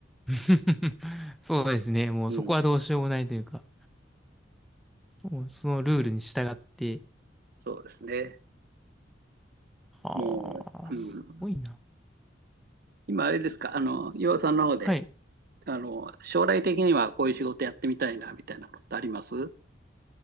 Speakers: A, in the centre; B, on the right (about 55°).
A: <laughs> そうですね。もうそこはどうしようもないというか、
B: うん、
A: もうそのルールに従って。
B: そうですね。
A: ああ、
B: もう、
A: すごいな。
B: うん、今あれですか、あの、岩尾さんの方で、
A: はい。
B: あの、将来的にはこういう仕事やってみたいな、みたいなのってあります